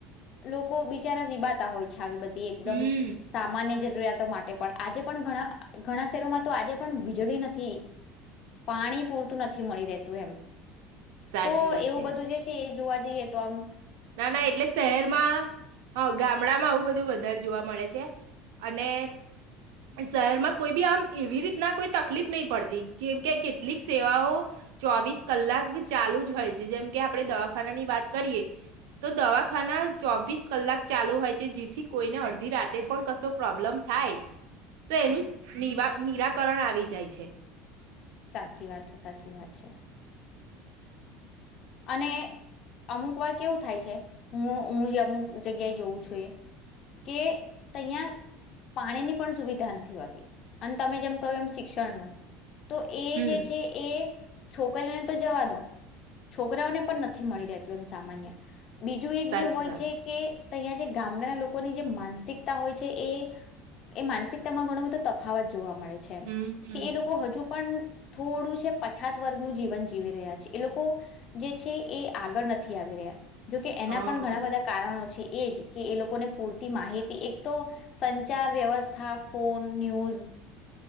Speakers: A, on the left (about 40°); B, on the right (about 85°).
A: લોકો બિચારા રિભાતા હોય છે આવી બ એકદમ
B: હમ
A: સામાન્ય જે જરૂરિયાતો માટે પણ આજે પણ ઘણા-ઘણા શહેરોમાં તો આજે પણ વીજળી નથી, પાણી પૂરતું નથી મળી રહેતું એમ.
B: સાચી
A: તો
B: વાત
A: એવું
B: છે
A: બધું જે છે એ જોવા જઈએ તો એમ
B: ના, ના એટલે શહેરમાં હા, ગામડામાં આવું બધું વધારે જોવા મળે છે, અને શહેરમાં કોઈ બી આમ એવી રીતના કોઈ તકલીફ નહી પડતી, કેમકે કેટલીક સેવાઓ ચોવીસ કલાક ચાલુ જ હોય છે, જેમ કે આપણે દવાખાનાની વાત કરીએ તો દવાખાના ચોવીસ કલાક ચાલુ હોય છે, જેથી કોઈને અડધી રાતે પણ કશો પ્રોબ્લમ થાય તો એનું નિરાકરણ આવી જાય છે
A: સાચી વાત છે, સાચી વાત છે અને અમુક વાર કેવું થાય છે હું, હું અમુક જગ્યાએ જોઉં છું એ કે અહીંયા પાણીની પણ સુવિધા નથી હોતી અને તમે જેમ કહ્યું એમ શિક્ષણનું તો એ
B: હમ
A: જે છે, એ છોકરીઓને તો જવા દો છોકરાઓને પણ નથી મળી રહેતું એમ સામાન્ય બીજું એક
B: સાચી
A: જે હોય
B: વાત
A: છે, કે તો અહીં જે ગામડાના લોકોની જે માનસિકતા હોય છે, એ, એ માનસિકતામાં ઘણો બધો તફાવત જોવા મળે છે
B: હમ
A: કે, એ લોકો હજુ પણ થોડું છે પછાત વર્ગનું જીવન જીવી રહ્યા છે એ લોકો જે છે એ આગળ નથી આવી રહ્યા જોકે એના
B: હા
A: પણ ઘણા બધા કારણો છે એજ કે એ લોકોને પૂરતી માહિતી, એક તો સંચાર, વ્યવસ્થા, ફોન, ન્યૂઝ